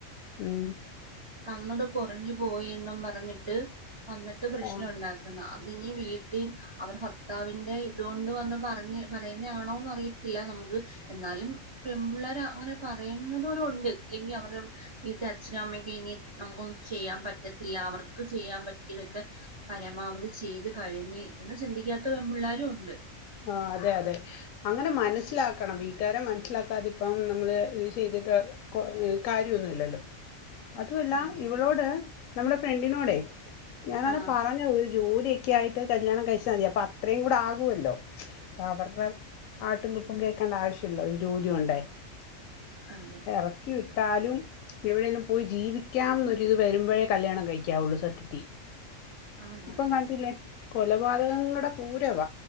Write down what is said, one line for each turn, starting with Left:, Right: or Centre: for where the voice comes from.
Left: ഉ
Right: തന്നത് കുറഞ്ഞു പോയി എന്നും പറഞ്ഞിട്ട് വന്നിട്ട് പ്രശ്നംുണ്ടാക്കും
Left: ആഹ്
Right: അത് വീട്ടിൽ അവടെ ഭർത്താവിന്റെ അതുകൊണ്ട് വന്ന് പറഞ്ഞ പറയുന്നത ആണോന്ന് അറിയത്തില്ല നമുക്ക് എന്നാലും പെപള്ളേർ അങ്ങനെ പറയുന്നതരു ഉണ്ട് ഇല്ലെങ്കിൽ അവരുടെ വീട്ട അച്ഛനും അമ്മക്ക് ഇനി നമുക്കൊന്നും ചെയ്യാൻ പറ്റത്തില്ല അവർക്ക് ചെയ്യാൻ പറ്റിയതൊക്കെ പരമാവധി ചെയ്ത് കഴിഞ്ഞ് എന്ന് ചിന്തിക്കാത്ത വെ്പിള്ളേരുും ഉണ്ട്
Left: ആഹ് അതെ അതെ അങ്ങനെ മനസ്സിലാക്കണം വീട്ടുകാരെ മനസ്സിലാക്കാതിപ്പം നമ്മള് ഇത് ചെയ്തിട്ട് കോകാര്യോന്നുല്ലല്ലോ അതുമല്ല
Right: അതെ
Left: ഇവളോട്
Right: അതെ
Left: നമ്മടെ ഫ്രണ്ടിനോടെ ഞാനാണ്
Right: ആഹ്
Left: പറഞ്ഞത് ജോലിയൊക്കെ ആയിട്ട് കല്യാണം കഴിച്ചാൽ മതി അപ്പ അത്രയും കൂടെ ആകുവല്ലോ അപ്പൊ അവർടെ ആട്ടും തുപ്പും കേക്കണ്ട ആവശ്യല്ല ഒരു ജോലിയുണ്ടയ്
Right: അതെ
Left: ഇറക്കി വിട്ടാലും ഇവിടെന്ന് പോയി ജീവിക്കാംന്നൊരു വരുമ്പോഴേ കല്യാണം കഴിക്കാവുള്ളു സത്യത്തി
Right: ആണ്
Left: ഇപ്പം കണ്ടില്ലേ കൊലപാതകങ്ങളുടെ പൂരവ